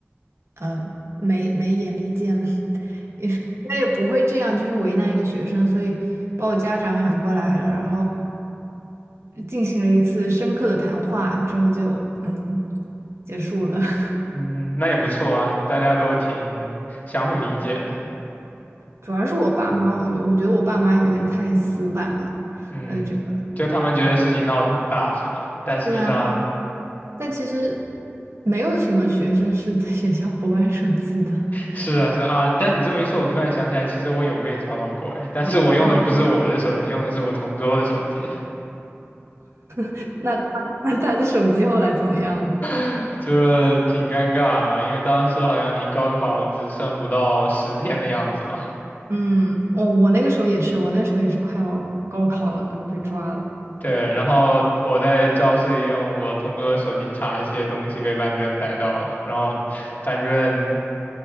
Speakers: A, on the right; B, on the left.
A: 呃没没眼力见。<laughs> 他也不会这样，就是为难一个学生，所以把我家长喊过来了，然后进行了一次深刻的谈话，之后就嗯结束了。<laughs>
B: 嗯，那也不错啊，大家都挺相互理解的。
A: 主要是我爸妈，我我觉得我爸妈有点太死板了，
B: 嗯，
A: 呃，觉得
B: 就他们觉得事情闹得很大，是吗？但实际上
A: 对啊，他但其实没有什么学生是在学校不玩手机的。
B: 是啊是啊，啊但你这么一说，我突然想起来，其实我有被抓到过，哎，但是我用的不是我的手机，
A: 嗯，
B: 用的是我同桌的手机，
A: <laughs> 那他那他的手机后来怎么样？
B: <laughs> 就挺尴尬的吧？因为当时好像离高考只剩不到十天的样子嘛。
A: 嗯，我我那个时候也是，我那个时候也是快要高考了，然后被抓了。
B: 对，然后我在教室里用我同桌的手机查一些东西，被班主任逮到了，然后班主任